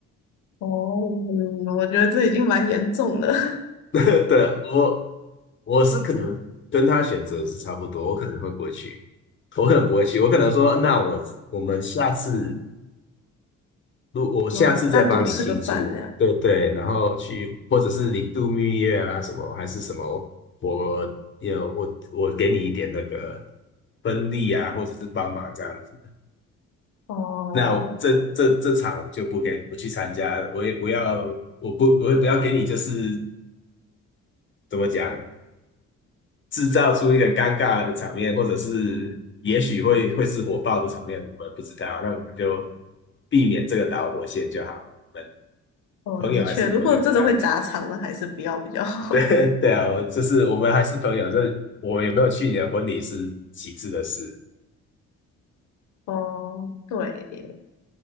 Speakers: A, on the left; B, on the left.
A: 哦，嗯，我觉得这已经蛮严重了。<laughs>
B: <laughs> 对，我我是可能跟他选择是差不多，我可能会不会去，我可能不会去，我可能说，那我我们下次，如我下次再帮你庆祝，
A: 嗯，单独吃个饭这样。
B: 对对，然后去，或者是你度蜜月啊什么，还是什么，我有我我给你一点那个分利啊，或者是帮忙这样子，
A: 哦，
B: 那我这这这场我就不给不去参加我也不要，我不我也不要给你就是怎么讲。制造出一个尴尬的场面，或者是也许会会是火爆的场面，我们不知道，那我们就避免这个导火线就好。我们
A: 哦，
B: 朋友还是朋友这样子，
A: 的确，如果真的会砸场，
B: 的，
A: 那还是不要比较好。
B: <laughs> 对对啊，我就是我们还是朋友。这我们有没有去年婚礼是其次的事，
A: <laughs> 哦，对耶